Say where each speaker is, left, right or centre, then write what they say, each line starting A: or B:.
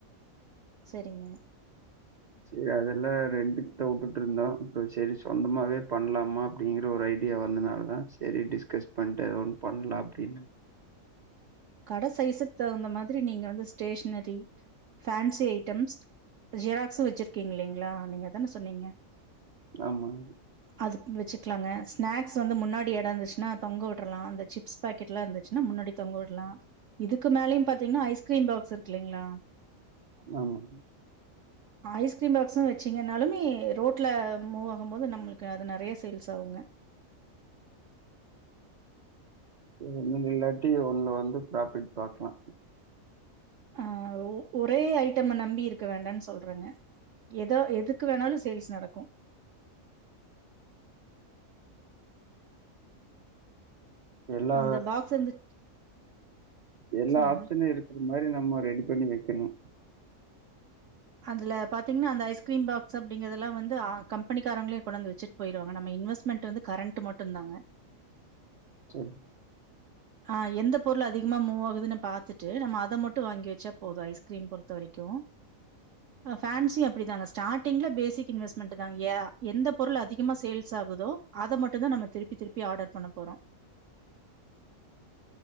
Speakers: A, on the right; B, on the right.
A: சரிங்க
B: சரி அதெல்லா ரெண்ட்டுக்குதா வுட்டுட் இருந்தோ இப்ப சரி சொந்தமாவே பண்லாமா அப்டிங்கற ஒரு ஐடியா வந்தனால தா சரி டிஸ்கஸ் பண்ட்டு எதோ ஒன்னு பண்லா அப்டின்னு
A: கட சைஸுக்கு தகுந்த மாரி நீங்க வந்து ஸ்டேஷனரி ஃபேன்சி ஐட்டம்ஸ் ஜெராக்ஸு வெச்சிருக்கீங்க இலைங்களா நீங்க தானே சொன்னீங்க
B: ஆமாங்க
A: அதுக்கு வெச்சுகலாங்க ஸ்நாக்ஸ் வந்து முன்னாடி இட இருந்துச்சுனா தொங்க வுட்றலா அந்த சிப் ஸ் பேக்கெட்லா இருந்துச்னா முன்னாடி தொங்க வுட லா இதுக்கு மேலயு பாத்தீங்கனா ஐஸ்கிரீ பாக்ஸ் இருக்குலீங்களா
B: ஆமாங்க
A: ஐஸ்கிரீ பாக்ஸு வெச்சிங்கனாலுமே ரோட்டல மூவ் ஆகும் போது நம்ளுக்கு அது நெறைய சேல்ஸ் ஆகுங்க
B: ஒன்னு இல்லாட்டி ஒண்ணு வந்து ப்ராபிட் பாக்லா
A: ஆ ஒரே ஐட்டம நம்பி இருக்க வேண்டான்னு சொல்றங்க எதோ எதுக்கு வேணாலு சேல்ஸ் நடக்கு
B: எல்லா
A: அந்த பாக்ஸ் இருந்து
B: எல்லா
A: சொல்லுங்க.
B: ஆப்ஷனு இருக்கிற மாரி நம்ம ரெடி பண்ணி வெக்கணு
A: அதுல பாத்தீங்னா அந்த ஐஸ்கிரீம் பாக்ஸ் அப்டிங்கறதெல்லா வந்து அ கம்பெனிக்காரங்களே கொண்டாந்து வெச்சுட் போயிருவாங்க நம்ம இன்வெஸ்மெண்ட் வந்து கரண்ட் மட்டு தாங்க
B: சரிங்
A: ஆ எந்த பொருள் அதிகமா மூவ் ஆகுதுன்னு பாத்துட்டு நம்ம அத மட்டு வாங்கி வச்சா போது ஐஸ்கிரீம் பொறுத்த வரைக்கு பேன்சி அப்டிதாங்க ஸ்டார்ட்டிங்கல பேசிக் இன்வெஸ்மெண்ட் தா ஏ எந்த பொருள் அதிகமா சேல்ஸ் ஆகுதோ அத மட்டுதா நம திருப்பி திருப்பி ஆர்டர் பண்ணப்போறோ